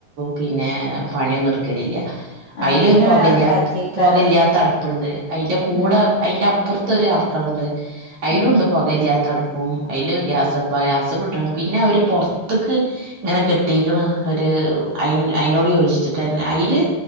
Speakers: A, on the right (about 45°); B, on the left (about 50°).
A: പിന്നെ പണിയൊന്നും എടുക്കലല്ല
B: ആ
A: അതിലൊരു
B: പിന്നെ
A: പുകല്ല
B: വേറെ ഇണ്ടാക്കിയേക്കാരം
A: പുകല്ലാത്ത അടുപ്പുണ്ട് അതിന്റെ കൂടെ
B: ഉം
A: അതിന്റെ അപ്പുറത്ത് ഒരു അടക്കളുണ്ട് അയിടണ്ട്
B: ഉം
A: പൊകല്ലാത്തടുപ്പ് അപ്പ അതില് ഗ്യാസ്പ്പ ഗ്യാസ് പട്ട പിന്നെ അവർ പുറത്തേക്ക് ഇങ്ങനെ കെട്ടിക്കണ ഒരു അ അയിനോട് യോജിച്ചിട്ട്ന്ന അല്